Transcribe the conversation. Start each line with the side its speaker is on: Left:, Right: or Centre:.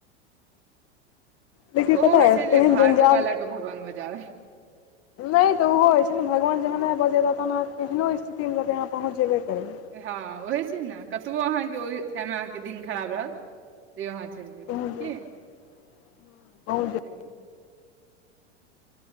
Left: लेकिन पता
Right: ओ होइ
Left: है
Right: छै
Left: तेहन
Right: जे भाग्यवाला
Left: जंजाल
Right: के भगवान बचाबै
Left: नहि तऽ ओहो होइ छै ने भगवान जहन बजेता तहन अहाँ केहनो स्थितिमे रहबै अहाँ पहुँच जेबे करबै
Right: हँ ओहय चीज न कतबो अहाँके ओहि ठाम अहाँके दिन खराब रहत तैयो अहाँ चैल जेबय
Left: पहुँच
Right: के
Left: <unintelligible> पहुँच जेबय
Right: <inaudible> हूँ